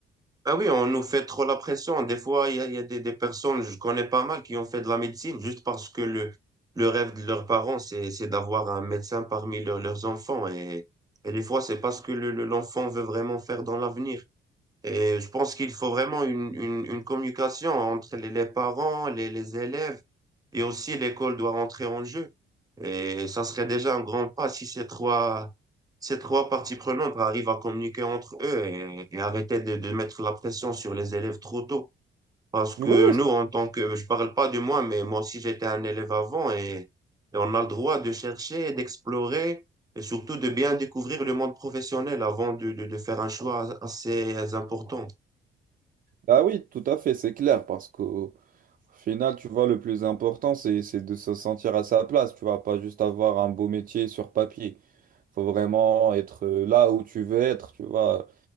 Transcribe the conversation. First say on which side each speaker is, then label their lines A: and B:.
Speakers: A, on the right (about 20°); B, on the right (about 45°).
A: Ah oui, on nous fait trop la pression. Des fois, il y a, il y a des, des personnes, je connais pas mal, qui ont fait de la médecine juste parce que le, le rêve de leurs parents, c'est, c'est d'avoir un médecin parmi leurs leurs enfants. Et, et des fois, c'est pas ce que le, le- l'enfant veut vraiment faire dans l'avenir. Et je pense qu'il faut vraiment une, une, une communication entre les, les parents, les, les élèves et aussi l'école doit rentrer en jeu. Et ça serait déjà un grand pas si ces trois, ces trois parties prenantes arrivent à communiquer entre eux et, et arrêter de, de mettre la pression sur les élèves trop tôt. Parce que
B: Oui oui
A: nous, en tant que, je parle pas de moi, mais moi aussi j'étais un élève avant et, et on a le droit de chercher, d'explorer et surtout de bien découvrir le monde professionnel avant de, de, de faire un choix assez important.
B: Ah oui, tout à fait, c'est clair, parce que Au final, tu vois, le plus important, c'est, c'est de se sentir à sa place. Tu vas pas juste avoir un beau métier sur papier. Faut vraiment être euh, là où tu veux être, tu vois.